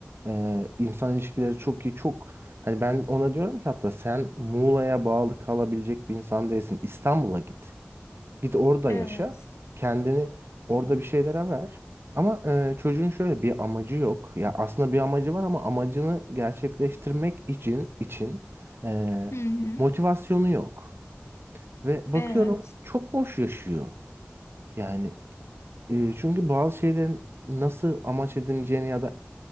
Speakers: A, on the right; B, on the left.
A: Ee, insan ilişkileri çok iyi, çok Hani ben ona diyorum ki hatta sen Muğla'ya bağlı kalabilecek bir insan değilsin. İstanbul'a git. Git orada
B: Evet.
A: yaşa. Kendini orada bir şeylere ver. Ama e, çocuğun şöyle bir amacı yok. Ya aslında bir amacı var ama amacını gerçekleştirmek için için e,
B: Hı hı.
A: motivasyonu yok. Ve bakıyorum
B: Evet.
A: çok boş yaşıyor. Yani e, çünkü bazı şeylerin nasıl amaç edineceğini ya da